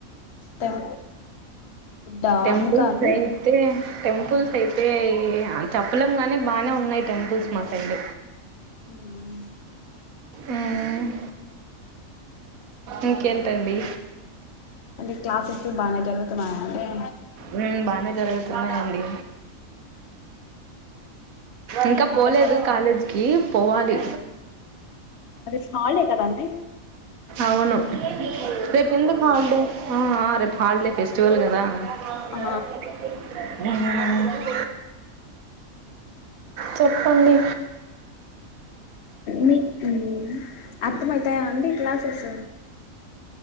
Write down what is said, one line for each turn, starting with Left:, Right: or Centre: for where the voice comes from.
Left: టెం ఫుడ్డా
Right: టెంపుల్స్
Left: ఇంకా అండి
Right: అయితే టెంపుల్స్ అయితే చెప్పలేం గాని బానే ఉన్నాయి టెంపుల్స్ మా సైడ్
Left: ఉమ్ మ్
Right: ఉమ్ ఇంకేంటండి
Left: అంటె క్లాసెస్లు బానే జరుగుతున్నాయా అండి
Right: ఉమ్ బానే జరుగుతున్నాయ్ అండి ఇంకా
Left: అర్థం
Right: పోలేదు
Left: అవు
Right: కాలేజీకి పోవాలి
Left: అది హాలిడే కదండి
Right: అవును రేపు ఎందుకు హాలిడే ఆ ఆ రేపు హాలిడే ఫెస్టివల్ కదా ఉమ్
Left: ఆ
Right: చెప్పండి
Left: మీక్-మీ అర్థం అయితాయా అండి క్లాసెస్